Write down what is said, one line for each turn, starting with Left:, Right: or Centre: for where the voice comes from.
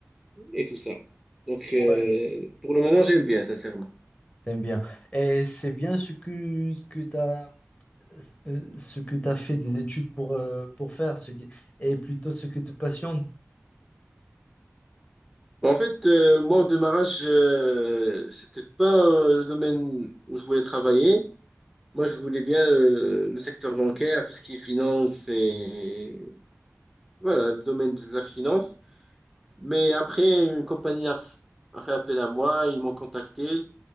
Centre: et tout ça. Donc euh,
Left: Ouais,
Centre: pour le moment, j'aime bien, sincèrement.
Left: t'aimes bien. Et c'est bien ce que, ce que t'as, euh, ce que t'as fait des études pour, euh, pour faire, ce qui, et plutôt ce que te passionne.
Centre: En fait, euh, moi, au démarrage, euh, c'était pas euh, le domaine où je voulais travailler. Moi, je voulais bien euh, le secteur bancaire, tout ce qui est finance et voilà, le domaine de la finance. Mais après, une compagnie a, f- a fait appel à moi, ils m'ont contacté